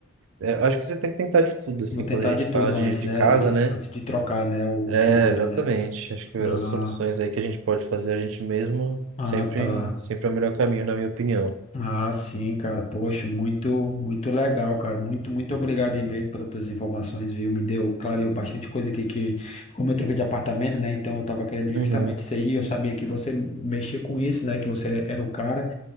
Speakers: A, on the right (about 70°); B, on the left (about 30°).
A: é, acho que você tem que tentar de tudo, assim,
B: Vou tentar
A: quando a gente
B: de tudo
A: fala de,
B: antes,
A: de
B: né?
A: casa,
B: Antes,
A: né?
B: antes de trocar, né? O
A: É,
B: chuveiro,
A: exatamente.
B: né?
A: Acho que as
B: Ah,
A: soluções aí que a gente pode fazer a gente mesmo
B: ah,
A: sempre,
B: tá.
A: sempre é o melhor caminho, na minha opinião.
B: Ah, sim, cara. Poxa, muito, muito legal, cara. Muito, muito obrigado aí mesmo pelas tuas informações, viu? Me deu, clareou bastante coisa aqui que, como eu troquei de apartamento, né? Então eu tava querendo
A: Uhum.
B: justamente isso aí. Eu sabia que você mexia com isso, né? Que você era o cara.